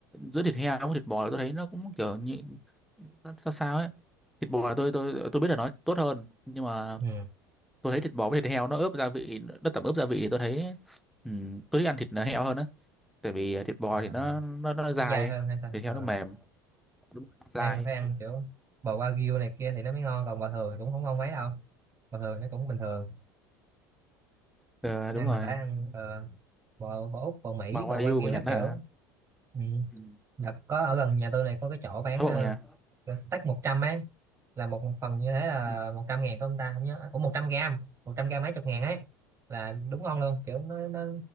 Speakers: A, in the centre; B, on the right.
A: giữa thịt heo với thịt bò là tôi thấy nó cũng kiểu như nó sao sao ấy thịt bò là tôi tôi tôi biết là nó tốt hơn nhưng mà
B: ừ.
A: tôi thấy thịt bò với thịt heo nó ướp gia vị nó tẩm ướp gia vị thì tôi thấy ừ, tôi thích ăn thịt heo hơn á tại vì ờ, thịt bò
B: à,
A: thì nó nó nó dai
B: nó dai hơn hay sao
A: thịt
B: ờ.
A: heo nó mềm đúng rồi nó dai
B: ăn phải ăn kiểu bò wagyu này kia thì nó mới ngon còn bò thường thì cũng không ngon mấy đâu bò thường nó cũng bình thường
A: ờ
B: ăn
A: đúng rồi
B: là phải ăn ờ, bò bò Úc bò Mỹ
A: mà
B: bò
A: Wagyu
B: wagyu
A: của Nhật
B: các
A: đó
B: kiểu
A: hả
B: ừ.
A: ừ.
B: Đợt có ở gần nhà tôi này có cái chỗ bán
A: Thái Bộ nhà
B: uh, steak 100 ấy là một phần như thế là
A: ừ.
B: 100 ngàn phải không ta không nhớ ủa 100 gram 100 gram mấy chục ngàn ấy là đúng ngon luôn kiểu nó nó